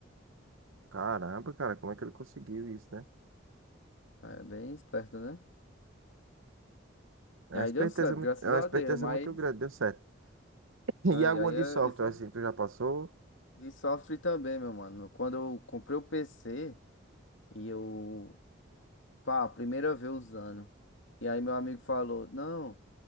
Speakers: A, on the right (about 80°); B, on the left (about 70°).
A: Caramba, cara, como é que ele conseguiu isso, né?
B: É bem esperto, né?
A: É
B: E
A: uma
B: aí
A: esperteza
B: deu certo,
A: muito,
B: graças
A: é uma
B: a
A: esperteza
B: Deus, mas.
A: muito grande, deu certo. <laughs>
B: É,
A: E alguma
B: e aí é
A: de software,
B: isso
A: assim, tu já passou?
B: de software também, meu mano. Quando eu comprei o PC. E eu Pá, primeira vez usando. E aí meu amigo falou, não.